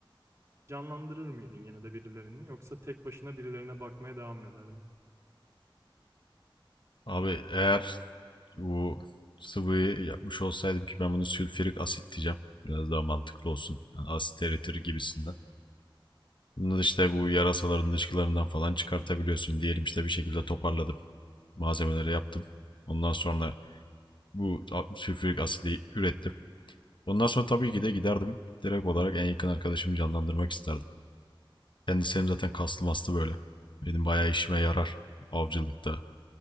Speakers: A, on the right (about 30°); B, on the left (about 60°).
A: Canlandırır mıydın yine de birilerini yoksa tek başına birilerine bakmaya devam ederdin?
B: Abi eğer bu sıvıyı yapmış olsaydım ki ben bunu sülfürik asit diyeceğim. Biraz daha mantıklı olsun. Yani asit eritir gibisinden. Bunu da işte bu yarasaların dışkılarından falan çıkartabiliyorsun. Diyelim işte bir şekilde toparladım. Malzemeleri yaptım. Ondan sonra bu sülfürik asidi ürettim. Ondan sonra tabii ki de giderdim. Direkt olarak en yakın arkadaşımı canlandırmak isterdim. Kendisi hem zaten kaslı mastı böyle. Benim bayağı işime yarar. Avcılıkta,